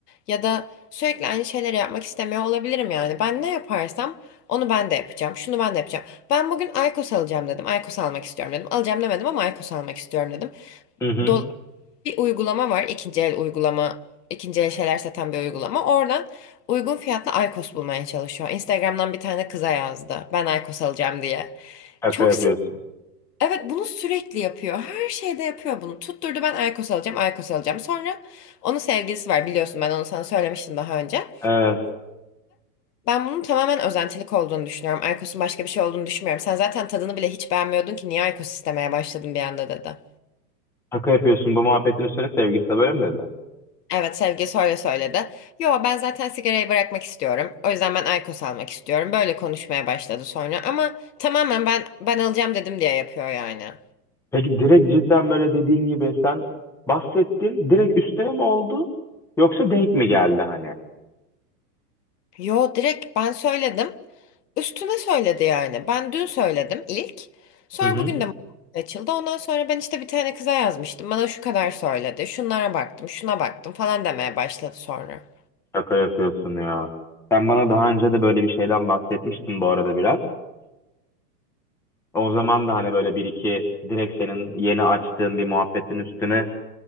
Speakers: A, on the left (about 75°); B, in the centre.
A: Ya da sürekli aynı şeyleri yapmak istemiyor olabilirim yani. Ben ne yaparsam onu ben de yapacağım. Şunu ben de yapacağım. Ben bugün Aykos alacağım dedim. Aykos almak istiyorum dedim. Alacağım demedim ama Aykos almak istiyorum dedim
B: Hı hı.
A: do- bir uygulama var. ikinci el uygulama, ikinci el şeyler satan bir uygulama. Oradan uygun fiyatlı Aykos bulmaya çalışıyor. Instagram'dan bir tane kıza yazdı. Ben Aykos alacağım diye.
B: Şaka
A: Çok
B: yapıyorsun.
A: sinir. Evet bunu sürekli yapıyor. Her şeyde yapıyor bunu. Tutturdu ben Aykos alacağım, Aykos alacağım. Sonra onun sevgilisi var biliyorsun ben onu sana söylemiştim daha önce.
B: Evet.
A: Ben bunun tamamen özentilik olduğunu düşünüyorum. Aykos'un başka bir şey olduğunu düşünmüyorum. Sen zaten tadını bile hiç beğenmiyordun ki niye Aykos istemeye başladın bir anda dedi.
B: Şaka yapıyorsun bu muhabbetin üstüne sevgisi de böyle mi dedi?
A: Evet sevgilisi öyle söyledi. Yo ben zaten sigarayı bırakmak istiyorum. O yüzden ben IQOS almak istiyorum. Böyle konuşmaya başladı sonra ama tamamen ben ben alacağım dedim diye yapıyor yani.
B: Peki direkt cidden böyle dediğin gibi sen bahsettin direkt üstüne mi oldu yoksa denk mi geldi hani?
A: Yo direkt ben söyledim. Üstüne söyledi yani. Ben dün söyledim ilk. Sonra
B: Hı hı.
A: bugün de <laughs> açıldı. Ondan sonra ben işte bir tane kıza yazmıştım. Bana şu kadar söyledi. Şunlara baktım, şuna baktım falan demeye başladı sonra.
B: Şaka yapıyorsun ya. Sen bana daha önce de böyle bir şeyden bahsetmiştin bu arada biraz. O zaman da hani böyle bir iki direkt senin yeni açtığın bir muhabbetin üstüne